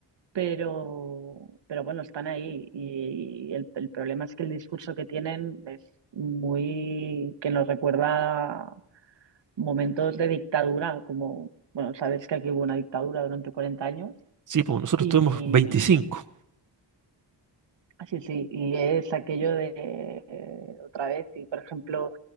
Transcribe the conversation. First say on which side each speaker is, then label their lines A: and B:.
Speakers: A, on the right; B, on the right.
A: pero, pero bueno, están ahí y el, el problema es que el discurso que tienen es muy, que nos recuerda momentos de dictadura, como, bueno, sabes que aquí hubo una dictadura durante 40 años
B: sí, pues nosotros
A: y
B: tuvimos 25.
A: así, sí, sí, y es aquello de eh, otra vez, y por ejemplo,